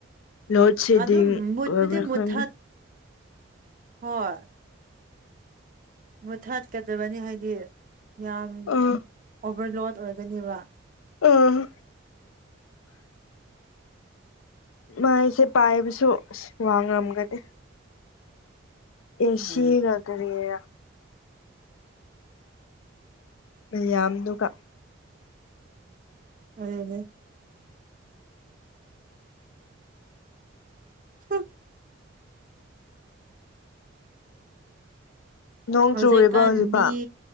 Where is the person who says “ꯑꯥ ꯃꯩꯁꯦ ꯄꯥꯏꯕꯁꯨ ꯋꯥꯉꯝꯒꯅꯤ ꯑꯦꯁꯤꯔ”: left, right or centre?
Left